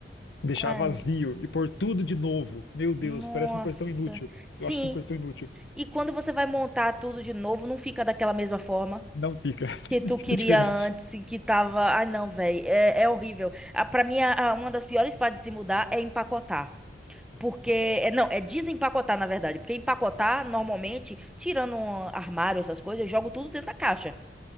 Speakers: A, on the left; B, in the centre.
A: deixar
B: Ai,
A: vazio e pôr tudo de novo. Meu Deus,
B: nossa.
A: parece uma coisa tão inútil.
B: Sim,
A: Eu acho isso uma coisa tão inútil.
B: E quando você vai montar tudo de novo, não fica daquela mesma forma
A: Não fica.
B: que tu
A: <laughs> Fica
B: queria
A: diferente.
B: antes, e que tava. Ai, não, velho, é, é horrível. Ah, Pra mim, a- a- uma das piores partes de se mudar é empacotar. Porque, é, não, é desempacotar, na verdade. Porque empacotar, normalmente, tirando um armário, essas coisas, eu jogo tudo dentro da caixa.